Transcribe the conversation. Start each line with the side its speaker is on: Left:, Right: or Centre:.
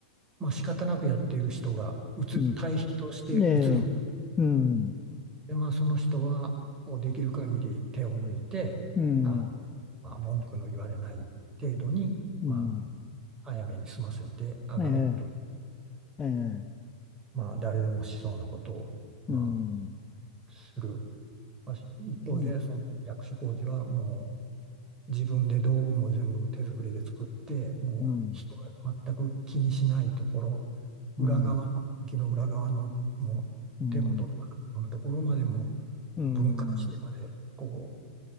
Right: まあ、仕方なくやっている人が、うつ、
Left: うん、
Right: 対比として映る。
Left: ねえ、うん。
Right: で、まあ、その人は、こう、できる限り手を抜いて、
Left: うん、
Right: あ、まあ、文句の言われない程度に、
Left: うん、
Right: まあ、早めに済ませて上がろうと、
Left: ええ、ええ、
Right: まあ、誰でもしそうなことを、ま
Left: うん、
Right: あ、する。まあ、一方で、
Left: うん、
Right: その役所広司はもう、自分で道具も全部手作りで作って、もう人が全く気にしないところ、
Left: うん、
Right: 裏側の、
Left: うん、
Right: 木の裏側のもう手元とかのところまでも
Left: うん、うん、
Right: 分解してまで、こう、